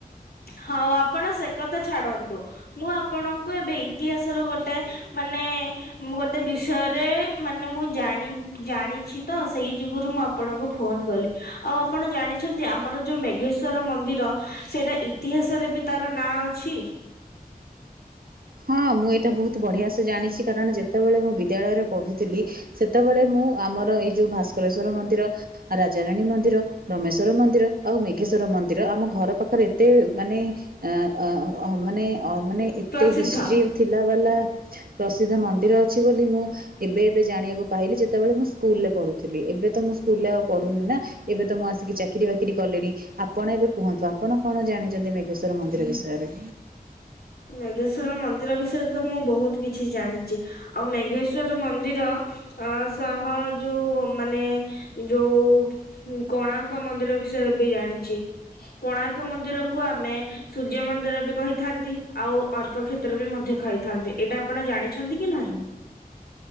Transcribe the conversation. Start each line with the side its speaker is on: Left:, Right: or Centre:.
Left: ହଉ ଆପଣ ସେ କଥା ଛାଡ଼ନ୍ତୁ ମୁଁ ଆପଣଙ୍କୁ ଏବେ ଇତିହାସର ଗୋଟେ ମାନେ ମୁଁ ଗୋଟେ ବିଷୟରେ ମାନେ ମୁଁ ଜାଣି ଜାଣିଛି ତ ସେଇ ଯୁଗୁରୁ ମୁଁ ଆପଣଙ୍କୁ ଫୋନ୍ କଲି ଆଉ ଆପଣ ଜାଣିଛନ୍ତି ଆମର ଯୋଉ ମେଘେଶ୍ଵର ମନ୍ଦିର ସେଇଟା ଇ ଇତିହାସରେ ବି ତାର ନାଁ ଅଛି।
Right: ହଁ ମୁଁ ଏଇଟା ବୋହୁତ୍ ବଢ଼ିଆସେ ସେ ଜାଣିଛି କାରଣ ଯେତେବେଳେ ମୁଁ ବିଦ୍ୟାଳୟରେ ପଢୁଥିଲି ସେତବେଳ ମୁଁ ଆମର ଏଇଯୋଉ ଭାସ୍କରଶ୍ଵର ମନ୍ଦିର, ରାଜା ରାଣୀ ମନ୍ଦିର, ରମେଶ୍ୱର ମନ୍ଦିର, ଆଉ ମେଘେଶ୍ଵର ମନ୍ଦିର ଆମ ଘର ପାଖରେ ଏତେ ମାନେ ଆଁ -ଅ -ଅ ମାନେ ଅ ମାନେ
Left: ପ୍ରସିଦ୍ଧ
Right: ଏ ହିଷ୍ଟ୍ରି ଥିଲା । ଗଲା ପ୍ରସିଦ୍ଧ ମନ୍ଦିର ଅଛି ବୋଲି ମୁଁ ଏବେ ଏବେ ଜାଣିଆକୁ ପାଇଲି ଯେତବେଳେ ମୁଁ ସ୍କୁଲ୍ ରେ ପଢ଼ୁଥୁଲି । ଏବେତ ମୁଁ ସ୍କୁଲ୍ ରେ ଆଉ ପଢ଼ୁନି ନାଁ ଏବେ ତ ମୁଁ ଆସିକି ଚାକିରି ବାକିରି କଲିଣି ଆପଣ ଏବେ କୁହନ୍ତୁ ଆପଣ କଣ ଜାଣିଚନ୍ତି ମେଘେଶ୍ଵର ମନ୍ଦିର ବିଷୟରେ।
Left: ମେଘେଶ୍ଵର ମନ୍ଦିର ବିଷୟରେ ତ ମୁଁ ବହୁତ କିଛି ଜାଣିଚି ଆଉ ମେଘେଶ୍ଵର ମନ୍ଦିର ଅଁ ସହ ଯୋଉ ମାନେ ଯୋଉ ଉଁ କୋଣାର୍କ ମନ୍ଦିର ବିଷୟରେ ବି ଜାଣିଚି କୋଣାର୍କ ମନ୍ଦିରକୁ ଆମେ ସୂର୍ଯ୍ୟ ମନ୍ଦିର ବି କହିଥାନ୍ତି । ଆଉ ଅର୍କ କ୍ଷେତ୍ର ବି ମଧ୍ୟ ଖାଇଥାନ୍ତି । ଏଇଟା ଆପଣ ଜାଣିଛନ୍ତି କି ନାହିଁ?